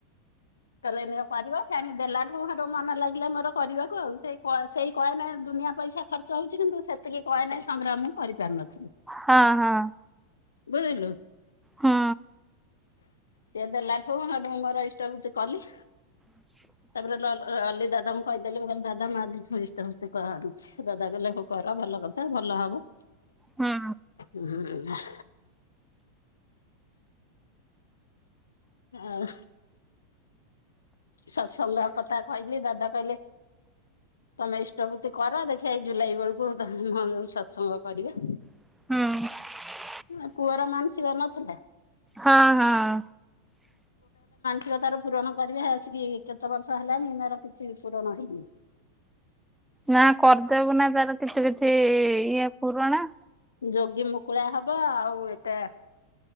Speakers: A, on the left; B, in the centre.
A: କହିଲେ ନିଅ କରିବ ସେ ଆଣିକି ଦେଲାଠୁ, ସେଠୁ ମନ ଲାଗିଲା ମୋର କରିବାକୁ ଆଉ ସେଇ କଏ ସେଇ କଏନ ଦୁ ଦୁନିଆ ପଇସା ଖର୍ଚ୍ଚ ହଉଛି, କିନ୍ତୁ ସେତିକି କଏନ ସଂଗ୍ରହ ମୁଁ କରି ପାରୁନ
B: ହଁ ହଁ।
A: ବୁଝିଲୁ।
B: ହଁ।
A: ସିଏ ଦେଲା ଠୁ ସେଠୁ ମୋର ଇଷ୍ଟଭୂତି କଲି।
B: <inaudible>
A: ତାପରେ ଲ ଲଲି ଦାଦାଙ୍କୁ କହିଦେଲି ମୁଁ କହିଲି ଦାଦା ମୁଁ ଆଜିଠୁ ଇଷ୍ଟଭୂତି କରୁଛି, ଦାଦା କହିଲେ ହଉ କର ଭଲ। ଭଲ କଥା ଭଲ ହବ
B: ହୁଁ
A: ହୁଁ। ଆଉ ସତ୍‌ସଙ୍ଗ କଥା କହିଲି ଦାଦା କହିଲେ ତମେ ଇଷ୍ଟଭୂତି କର ଦେଖିବା ଏଇ ଜୁଲାଇ ବେଳୁକୁ <unintelligible> ସତ୍‌ସଙ୍ଗ କରିବା।
B: ହୁଁ।
A: ଏ ପୁଅର ମାନସିକ ନଥିଲା।
B: ହଁ ହଁ।
A: କିଏ ତାର ପୂରଣ କରିବ ଆସିକି କେତେ ବର୍ଷ ହେଲାଣି, ମୋର କିଛି ପୂରଣ ହେଇନି।
B: ନା କରିଦବୁ ନା ତାର କିଛି କିଛି ଇଏ ପୂରଣ
A: ଯୋଗୀ ମୁକୁଳା ହବ ଆଉ ଏଟା